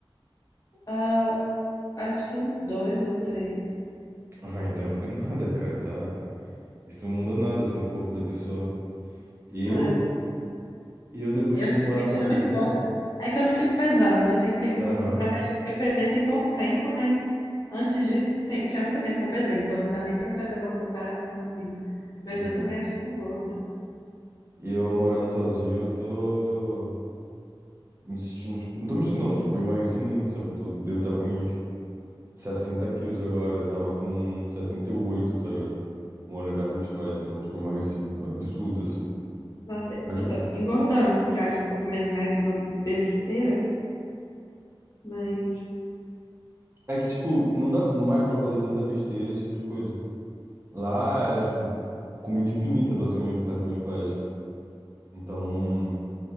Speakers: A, on the left; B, on the right.
A: Ah, acho que uns dois ou três.
B: Ah, então não foi <laughs> nada, cara, tá? Isso não muda nada assim no corpo da pessoa. Eu,
A: Ai,
B: eu depois
A: Eu
B: que
A: tô
B: vim
A: me
B: morar
A: sentindo
B: sozinho,
A: muito gorda. É que eu não fico pesando, né? Tem um tempo
B: aham,
A: que eu não... Na verdade, eu pesei tem pouco tempo, mas antes disso, tem- tinha muito tempo que eu pesei, então não dá nem pra eu fazer uma comparação assim.
B: sim.
A: Mas eu tô me achando gorda.
B: Eu morando sozinho, eu tô me sentindo, tipo, não tô me sentindo, não, tipo, eu emagreci muito, sabe? Tô, devo estar com uns 60 quilos agora, eu tava com setenta e oito tá ligado? Moro na casa dos meus pais, então, tipo, eu emagreci absurdos, assim.
A: Nossa,
B: Mas
A: eu tô engordando, porque eu acho que eu tô comendo mais bo- besteira, mas...
B: é que, tipo, não dá mais pra fazer tanta besteira, esse tipo de coisa. Lá era, tipo, comida infinita, basicamente, na casa dos meus pais. Então,